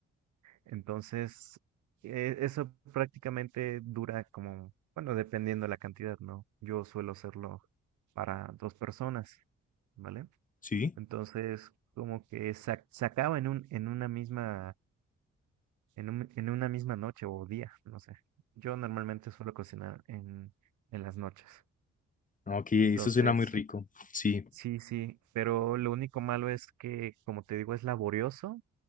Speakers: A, on the right; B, on the left.
A: Entonces, eh, eso prácticamente dura como, bueno, dependiendo la cantidad, ¿no? Yo suelo hacerlo para dos personas, ¿vale?
B: Sí.
A: Entonces, como que sa- se acaba en un, en una misma, en un- en una misma noche o día, no sé. Yo normalmente suelo cocinar en, en las noches.
B: Ah, Ok, eso
A: Entonces,
B: suena muy rico. Sí,
A: sí, sí, pero lo único malo es que, como te digo, es laborioso